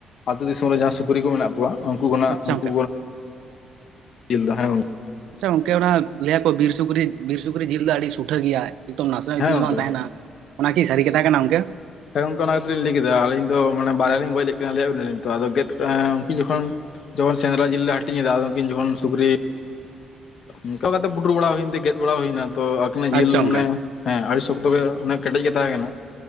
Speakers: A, on the left; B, on the right.
A: ᱟᱛᱳ ᱫᱤᱥᱚᱢ ᱨᱮ ᱡᱟᱦᱟ ᱥᱩᱠᱨᱤ ᱠᱚ ᱢᱮᱱᱟᱜ ᱠᱚᱣᱟ ᱩᱱᱠᱩ ᱠᱷᱚᱱᱟᱜ
B: ᱟᱪᱪᱷᱟ
A: ᱩᱱᱠᱩ
B: ᱜᱚᱝᱠᱮ
A: ᱡᱤᱞ ᱫᱚ ᱦᱮ ᱜᱚᱝᱠᱮ
B: ᱟᱪᱪᱷᱟ ᱜᱚᱝᱠᱮ ᱚᱱᱟ ᱞᱟᱹᱭ ᱟ ᱠᱚ ᱵᱤᱨ ᱥᱩᱠᱨᱤ ᱵᱤᱨ ᱥᱩᱠᱨᱤ ᱡᱤᱞ ᱫᱚ ᱟᱹᱰᱤ ᱥᱩᱴᱷᱟᱹ ᱜᱮᱭᱟ ᱮᱠᱫᱚᱢ ᱱᱟᱥᱮᱱᱟᱜ
A: ᱦᱮᱸ
B: ᱤᱛᱤᱞ
A: ᱜᱚᱝᱠᱮ
B: ᱵᱟᱝ ᱛᱟᱦᱮᱱᱟ ᱚᱱᱟ ᱠᱤ ᱥᱟᱹᱨᱤ ᱠᱟᱛᱷᱟ ᱠᱟᱱᱟ ᱜᱚᱝᱠᱮ
A: ᱚᱱᱠᱟ ᱞᱤᱧ ᱞᱟᱹᱭ ᱠᱮᱫᱟ ᱟᱞᱤᱧ ᱫᱚ ᱢᱟᱱᱮ ᱵᱟᱨᱭᱟ ᱞᱤᱧ ᱜᱚᱡ ᱞᱮᱫ ᱠᱤᱱᱟ ᱞᱟᱹᱫᱱᱟᱞᱤᱧ ᱟᱫᱚ ᱜᱮᱫ ᱩᱱᱠᱤᱱ ᱡᱚᱠᱷᱚᱱ ᱡᱚᱠᱷᱚᱱ ᱥᱮᱸᱫᱽᱨᱟ ᱡᱤᱞ ᱞᱮ ᱦᱟᱹᱴᱤᱧ ᱮᱫᱟ ᱩᱱᱠᱤᱱ ᱡᱚᱠᱷᱚᱱ ᱥᱩᱠᱨᱤ ᱚᱱᱠᱟ ᱠᱟᱛᱮ ᱯᱩᱰᱩᱨ ᱵᱟᱲᱟ ᱦᱩᱭᱮᱱᱛᱮ ᱜᱮᱫ ᱵᱟᱲᱟ ᱦᱩᱭᱱᱟ ᱛᱚ ᱟᱹᱠᱤᱱᱟᱜ ᱡᱤᱞ
B: ᱟᱪᱪᱷᱟ ᱜᱚᱝᱠᱮ
A: ᱢᱟᱱᱮ ᱦᱮᱸ ᱟᱹᱰᱤ ᱥᱚᱠᱛᱚ ᱜᱮ ᱠᱮᱴᱮᱡ ᱜᱮ ᱛᱟᱦᱮᱸ ᱠᱟᱱᱟ